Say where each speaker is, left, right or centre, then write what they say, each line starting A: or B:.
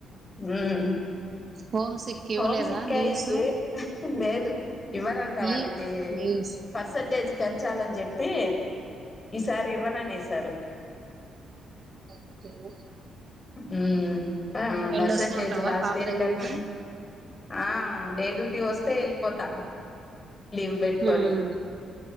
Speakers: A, on the left; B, on the right.
A: ఉమ్
B: హొమ్ సిక్ ఇవ్వలేదా
A: హోమ్ సిక్
B: లీవ్స్
A: అయింది లేదు ఇవ్వరంట వాళ్ళకి
B: లీ లీవ్స్
A: పర్సంటేజ్ పెంచాలని చెప్పి ఈసారి ఇవ్వననేసారు
B: ఒకేన
A: ఉమ్ అ
B: వెళ్ళొస్తూ
A: పర్సెంటేజ్
B: ఉంటావా
A: లాస్ట్
B: పాప
A: ఇయర్
B: దగ్గరికి
A: కన్నా ఆ డే డ్యూటీ వస్తే వెళ్ళిపోతా లీవ్ పెట్టుకొని
B: ఉమ్